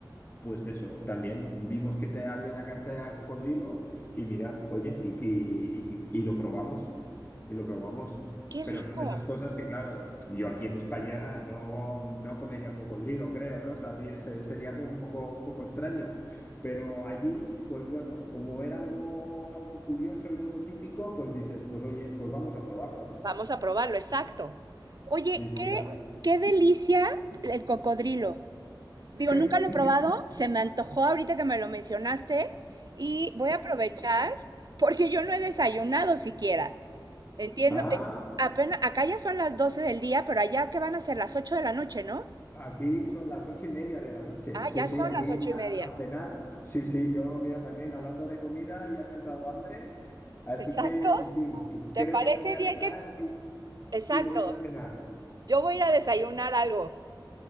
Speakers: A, on the left (about 25°); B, on the right (about 55°).
A: Pues eso, también vimos que te había en la carta de cocodrilo y mira, oye, y, y- y- y lo probamos, y lo probamos.
B: Qué
A: Pero
B: rico.
A: son esas cosas que, claro, yo aquí en España no, no comería cocodrilo, creo, ¿no? Sabría, se- sería como un poco, un poco extraño. Pero allí, pues bueno, como era algo, algo curioso y algo típico, pues dices, pues oye, pues vamos a probarlo, ¿no?
B: Vamos a probarlo, exacto. Oye,
A: Sí, sí.
B: qué,
A: a-
B: qué delicia el cocodrilo. Digo,
A: <laughs>
B: nunca lo he probado, se me antojó ahorita que me lo mencionaste y voy a aprovechar porque yo no he desayunado siquiera. Entiendo,
A: Ah,
B: eh, apenas, acá ya son las 12 del día, pero allá que van a ser las 8 de la noche, ¿no?
A: Aquí son las ocho y media de la noche.
B: Ah,
A: Sí,
B: ya
A: sí,
B: son
A: aquí
B: las ocho
A: ya
B: y media.
A: a cenar. Sí, sí, yo, mira, también hablando de comida, ya me ha entrado hambre. Así
B: Exacto.
A: que sí, sí, creo
B: ¿Te parece
A: que te voy a
B: bien
A: dejar
B: que...
A: y,
B: Exacto.
A: y voy a ir a cenar.
B: Yo voy a ir a desayunar algo.